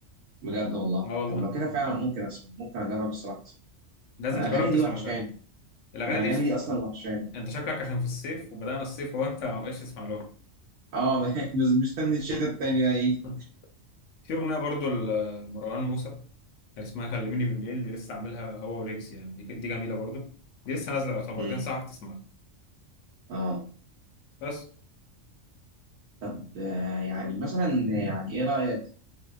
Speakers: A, on the right (about 75°); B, on the left (about 70°).
A: بجد والله
B: أه والله
A: طب لو كده فعلا ممكن اسمع ممكن اجرب الصراحة اسمع
B: لازم
A: انا
B: تجرب
A: الاغاني دي
B: تسمع
A: وحشاني
B: لها الأغاني
A: انا الاغاني
B: دي في-
A: دي اصلا وحشاني
B: أنت شكلك عشان في الصيف وبدأنا الصيف وهو أنت ما بقتش تسمع لها
A: اه <laughs> بس مستني الشتا التاني ده يجي
B: <laughs> في أغنية برضه لمروان موسى كان اسمها كلميني بالليل دي لسه عاملها هو وليجز يعني دي دي جميلة برضه دي لسه نازلة يعتبر
A: امم
B: دي أنصحك تسمعها
A: اه
B: بس
A: طب آه، يعني مثلا يعني ايه رأيك